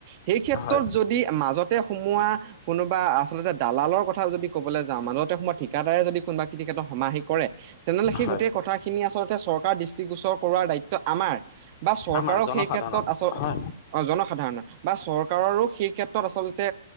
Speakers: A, on the right; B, on the left.
A: সেই ক্ষেত্ৰত
B: হয়
A: - যদি মাজতে সোমোৱা কোনোবা আচলতে দালালৰ কথা যদি ক'বলৈ যাওঁ মাজত- সময়ত ঠিকাদাৰে যদি কোনোবােই কেতত সমাহিত কৰে- তেনেহলে সেই
B: হয়
A: গোটেই কথাখিনি আচলতে চৰকাৰ দৃষ্টিগোচৰ কৰোৱাৰ দায়িত্ব আমাৰ। বা চৰকাৰক
B: আমাৰ জনসাধাৰণৰ
A: সেই ক্ষেত্ৰত আচল-
B: হয়
A: অ জনসাধাৰণৰ বা চৰকাৰৰো সেই ক্ষেত্ৰত আচলতে